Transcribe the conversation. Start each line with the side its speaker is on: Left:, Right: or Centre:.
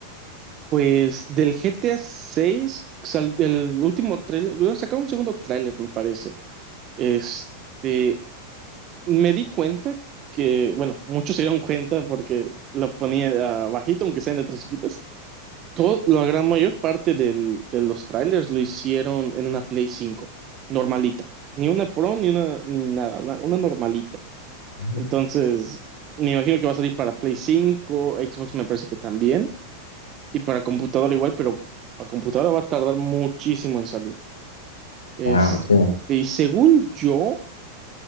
Right: Pues del GTA 6, el último trailer, bueno, sacaron un segundo tráiler, me parece. Este, me di cuenta que, bueno, muchos se dieron cuenta porque lo ponía ah, bajito, aunque sean de tres chiquitas, Todo, la gran mayor parte del- de los trailers lo hicieron en una Play 5, normalita. Ni una Pro, ni una, ni nada, una, una normalita.
Left: Ujú.
Right: Entonces, me imagino que va a salir para Play 5, Xbox me parece que también, y para computadora igual, pero para computadora va a tardar muchísimo en salir. Este,
Left: Ah, hombre, sí.
Right: y según yo,